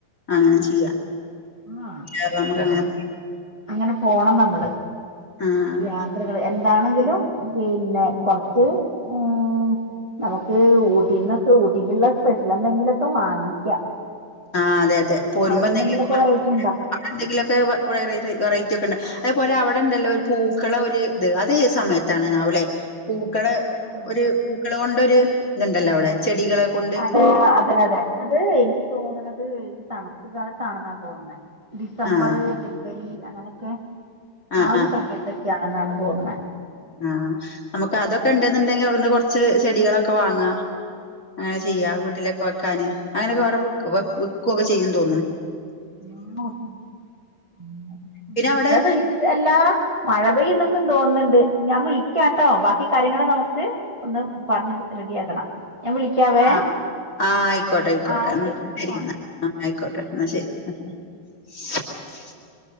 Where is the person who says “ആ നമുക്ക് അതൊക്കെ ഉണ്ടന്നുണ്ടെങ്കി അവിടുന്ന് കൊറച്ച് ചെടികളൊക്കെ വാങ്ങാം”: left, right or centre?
Left